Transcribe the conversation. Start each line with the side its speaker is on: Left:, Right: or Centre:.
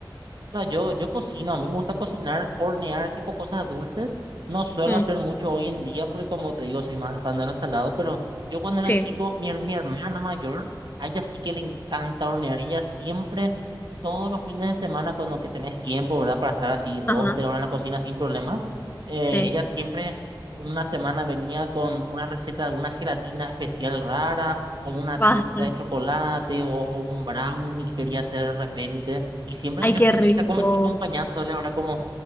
Right: No, yo, yo cocino, a mí me gusta cocinar, hornear tipo cosas dulces. No suelo
Left: Mm,
Right: hacer mucho hoy en día porque como te digo, soy más fan de lo salado, pero yo cuando
Left: sí,
Right: era chico, mi, her- mi hermana mayor, a ella sí que le encanta hornear. Ella siempre, todos los fines de semana, cuando que tenés tiempo, ¿verdad? Para estar así dos,
Left: ajá,
Right: tres horas en la cocina sin problema, eh,
Left: sí.
Right: ella siempre una semana venía con una receta de alguna gelatina especial rara o una
Left: Basta.
Right: torta de chocolate o, o un brownie que quería hacer de repente. Y siempre
Left: Ay,
Right: yo
Left: qué
Right: estaba
Left: rico.
Right: ahí como que acompañándole ahora como,